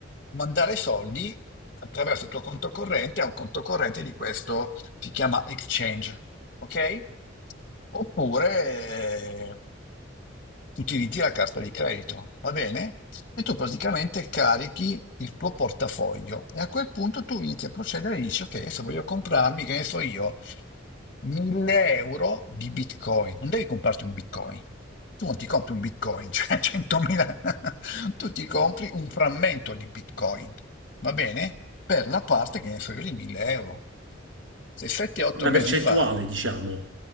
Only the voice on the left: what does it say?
mandare soldi attraverso il tuo conto corrente a un conto corrente di questo, si chiama exchange, ok? oppure eh, utilizzi la carta di credito, va bene? E tu praticamente carichi il tuo portafoglio e a quel punto tu inizi a procedere e dici, ok, adesso voglio comprarmi, che ne so io, 1000 euro di Bitcoin. Non devi comprarti un Bitcoin. Tu non ti compri un Bitcoin, <laughs> cioè 100.000. Tu ti compri un frammento di Bitcoin, va bene? Per la parte, che ne so io, di 1000 euro. Se 7-8
mesi
fa